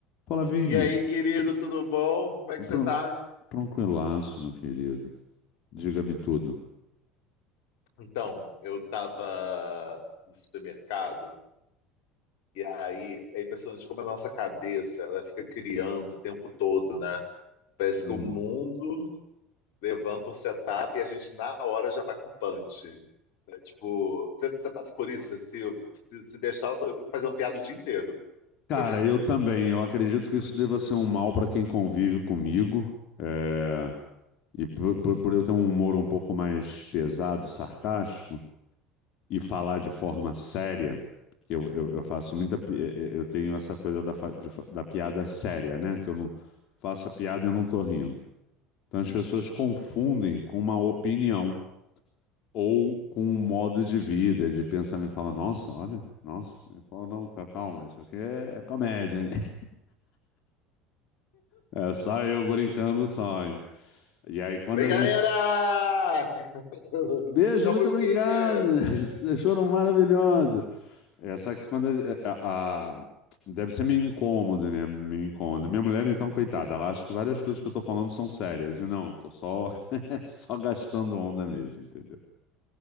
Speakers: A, on the left; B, on the left.
A: Fala, Vini.
B: E aí, querido, tudo bom? Como é que você
A: Tran-
B: tá?
A: Tranquilaço, meu querido. Diga-me tudo.
B: Então, eu tava no supermercado e aí é impressionante como a nossa cabeça, ela fica criando o tempo todo, né? Parece
A: Hum.
B: que o mundo levanta um setup e a gente na hora já vai com punch. né? Tipo, você, você passa por isso, assim, eu- se, se deixar, eu, tô- eu fico fazendo piada o dia inteiro.
A: Cara,
B: Eu fico,
A: eu também. Eu acredito que isso deva ser um mal para quem convive comigo. É, E por, por- por eu ter um humor um pouco mais pesado, sarcástico, e falar de forma séria, que eu, eu, eu faço muita. pi- eh, eh, Eu tenho essa coisa da, fa- de fa- da piada séria, né? Que eu não faço a piada e eu não tô rindo. Então as pessoas confundem com uma opinião. Ou com um modo de vida, de pensamento, fala, nossa, olha, nossa. Eu falo, não, ca- calma, isso aqui é, é comédia, hein? <laughs> É só eu brincando só. hein? E aí, quando
B: vem
A: a
B: galera!
A: gente.
B: <laughs>
A: Beijo,
B: Estamos
A: muito obrigado!
B: aqui! Beijo!
A: <laughs> Vocês foram maravilhosos! É, só que quando a, a- a- Deve ser meio incômodo, né? Meio incômodo. Minha mulher, então, coitada, ela acha que várias coisas que eu tô falando são sérias. E não, tô só, <laughs> só gastando onda mesmo, entendeu?